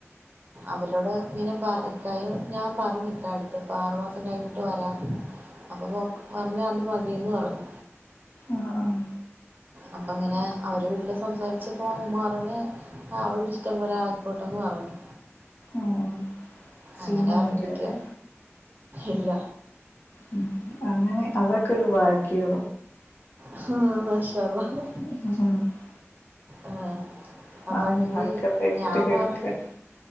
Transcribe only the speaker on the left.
ആഹ് ആഹ്
ആഹ് സീനൊന്നുല്ലല്ലേ
ഉം അങ്ങനെ അതൊക്കെ ഒരു ഭാഗ്യോ
<unintelligible>
നമ്മളൊക്കെ
പെട്ട്
കെടക്കാണ്